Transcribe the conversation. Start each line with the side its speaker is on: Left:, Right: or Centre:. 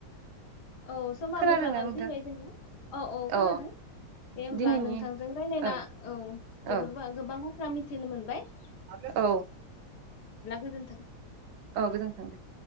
Left: औ समाबो
Right: खोनादोंना
Left: जानानै
Right: नोंथां
Left: फैबाय जोङो औ औ
Right: अ
Left: खोनादों दे होमब्ला
Right: दिनैनि
Left: नोंथांजों रायज्लायना
Right: ओ
Left: औ जोबोरा
Right: ओ
Left: गोबां बाथ्रा मिथिनो मोनदों। बाय
Right: औ दे औ
Left: गोजोन्थों।
Right: गोजोन्थों दे।